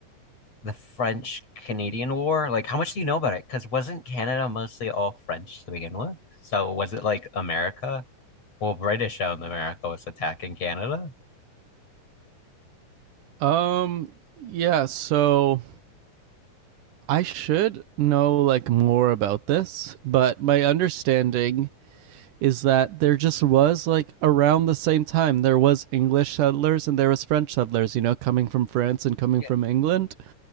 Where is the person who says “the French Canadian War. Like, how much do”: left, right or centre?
Left